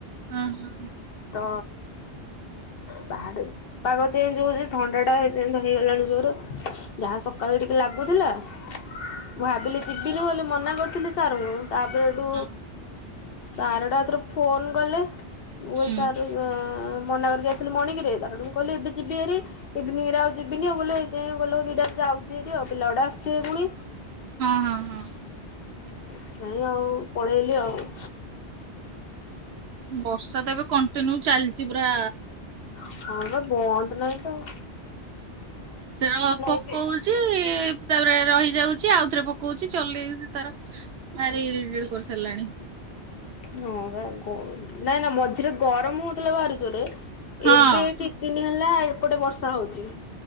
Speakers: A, on the right; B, on the left.
A: ଓଁ ହଁ।
B: ତ ବାହାରେ ପାଗ ଚେଞ୍ଜ ହଉଛି ଥଣ୍ଡା ଟା ବି ସେମିତି ହେଇଗଲାଣି ଜୋର ଯାହା ସକାଳୁ ଟିକେ ଲାଗୁଥିଲା ମୁଁ ଭାବିଲି ଯିବିନି ବୋଲି ମନା କରିଥିଲି ସାର୍ ଙ୍କୁ ତାପରେ ଏଠୁ
A: ହଁ
B: ସାର ଆଉଁ ଏଥର ଫୋନ୍ କଲେ। ମୁଁ
A: ହୁଁ
B: ସ୍କୁଲ ସାର ଏ ଅଁ ମନାକରିକି ଆଇଥିଲି ମର୍ଣ୍ଣିଙ୍ଗରେ ସାର ଙ୍କୁ କହିଲି ଏବେ ଯିବି ହେରି। ଇଭିନିଂ ରେ ଆଉ ଯିବିନି ଆଉଁ ବୋଲେ ଏଇ ଦେ ଗଲି ଦିଟା ଯାଉଛିି ହେରି ଆଉ ପିଲା ଗୁଡା ଆସିଥିବେ ପୁଣି।
A: ହଁ ହଁ ହଁ।
B: ସେଥିପାଇଁ ଆଉ ପଳେଇଲି ଆଉ।
A: ବର୍ଷା ତ ଏବେ କଣ୍ଟିନ୍ୟୁ ଚାଲିଛି ପୁରା
B: ହଁ ବା ବନ୍ଦ ନାଇଁ ତ ଆଉଁ
A: ସେଅଁ ପକୋଉଛି।
B: ଏବେ
A: ତାପରେ ରହିଯାଉଛି ଆଉଥରେ ପକଉଛି ଚଲେଇଛି ତାର ଭାରି ଇରିଟେଟ କରିସାରିଲାଣି।
B: ହଁ ବା ନାଇଁ ନାଁ ମଝିରେ ଗରମ ହଉଥିଲା ବାହାରିଜୋରରେ
A: ହଁ।
B: ଏବେ ଏଠି ଦି ଦିନି ହେଲା ଏପଟେ ବର୍ଷା ହଉଛି।